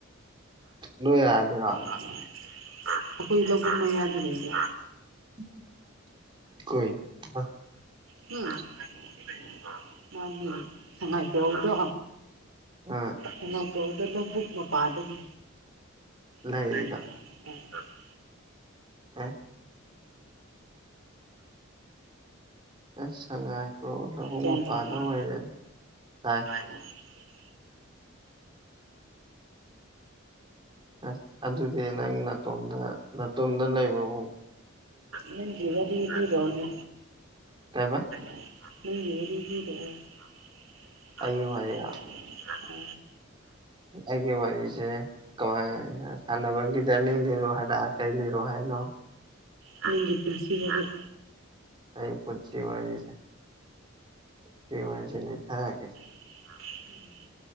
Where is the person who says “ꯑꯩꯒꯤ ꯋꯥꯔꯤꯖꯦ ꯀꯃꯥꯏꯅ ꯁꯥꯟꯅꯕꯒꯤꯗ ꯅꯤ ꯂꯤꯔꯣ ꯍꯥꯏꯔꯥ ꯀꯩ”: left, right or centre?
Right